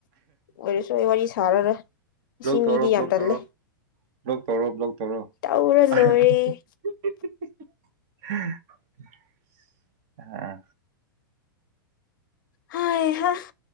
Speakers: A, on the left; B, on the right.
A: ꯑꯣꯏꯔꯁꯨ ꯑꯩ ꯋꯥꯔꯤ ꯁꯥꯔꯔꯣꯏ
B: ꯕ꯭ꯂꯣꯛ
A: ꯁꯤ
B: ꯇꯧꯔꯣ
A: ꯃꯤꯗꯤ ꯌꯥꯝ
B: ꯕ꯭ꯂꯣꯛ
A: ꯇꯜꯂꯦ
B: ꯇꯧꯔꯣ ꯕ꯭ꯂꯣꯛ ꯇꯧꯔꯣ ꯕ꯭ꯂꯣꯛ ꯇꯧꯔꯣ
A: ꯇꯧꯔ
B: <unintelligible>
A: ꯂꯣꯏꯔꯦ
B: ꯑꯥ
A: ꯍꯩ ꯍꯥ